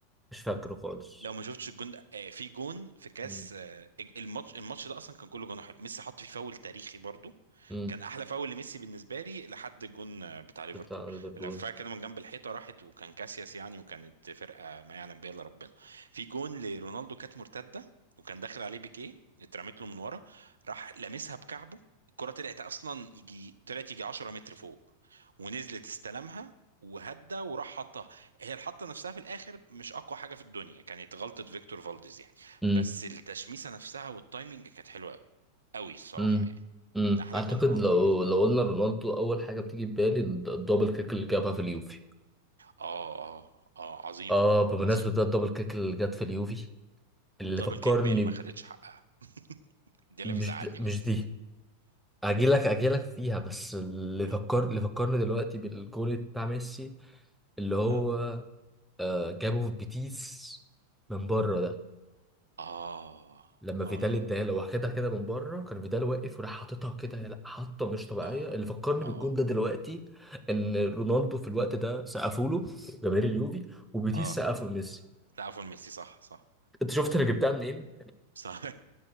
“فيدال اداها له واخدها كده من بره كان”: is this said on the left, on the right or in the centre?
Centre